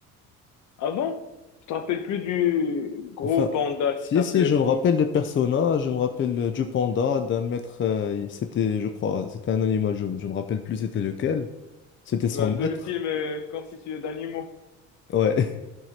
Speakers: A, on the left; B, on the left.
A: Avant, je te rappelle plus du gros
B: Enfin,
A: panda
B: si,
A: qui s'appelait
B: si, je
A: Po.
B: me rappelle des personnages, je me rappelle euh, du panda, d'un maître, euh, il- c'était, je crois, c'était un animal, je, je me rappelle plus c'était lequel. C'était
A: Ben,
B: son maître.
A: tout le film est constitué d'animaux.
B: Ouais, <laughs>